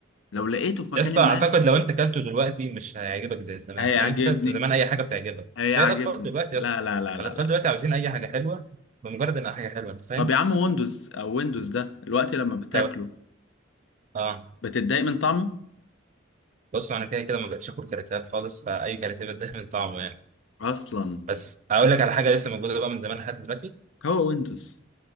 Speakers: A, on the left; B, on the right.
A: لو لقيته في مكان
B: يسطا
A: ما
B: اعتقد لو انت اكلته دلوقتي مش هيعجبك زي زمان
A: هيعجبني
B: يعني انت أنت زمان اي حاجه بتعجبك
A: هيعجبني
B: زي الاطفال دلوقتي
A: لا
B: يا اسطى
A: لا لا لا
B: الاطفال
A: لا
B: دلوقتي عاوزين اي حاجه حلوه بمجرد انها حاجه حلوه انت فاهم
A: طب يا عم ويندوز او ويندوز ده الوقت لما بتاكله
B: ده اه
A: بتتضايق من طعمه
B: بص انا كده كده ما بقتش اكل كاراتيهات خالص فاي كاراتيه بتضايق من طعمه يعني
A: اصلا
B: بس هقول لك على حاجه لسه موجوده بقى من زمان لحد دلوقتي
A: هو ويندوز